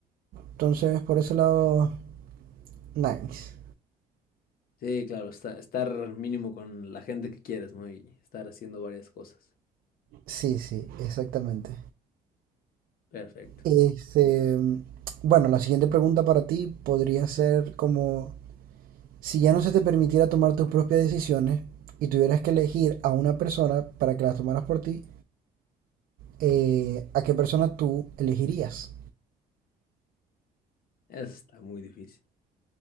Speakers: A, on the right; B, on the left.
A: Entonces, por ese lado, nice.
B: Sí, claro, está- estar mínimo con la gente que quieres, ¿no? Y estar haciendo varias cosas.
A: Sí, sí, exactamente.
B: Perfecto.
A: Este, mm, bueno, la siguiente pregunta para ti podría ser como... Si ya no se te permitiera tomar tus propias decisiones y tuvieras que elegir a una persona para que las tomaras por ti, eh, ¿a qué persona tú elegirías?
B: Eso está muy difícil.